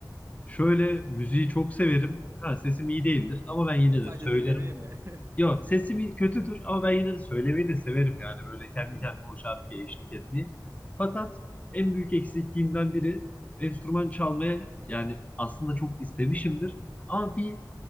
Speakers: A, on the left; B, on the right.
A: Şöyle müziği çok severim. Ha, sesim iyi değildir ama ben yine
B: Sadece
A: de söylerim.
B: dinlemeyi mi? <laughs>
A: Yok sesim iyi- kötüdür ama ben yine de söylemeyi de severim yani böyle kendi
B: Hı hı.
A: kendime o şarkıya eşlik etmeyi. Fakat en büyük eksikliğimden biri enstrüman çalmaya yani aslında çok istemişimdir. Ama bir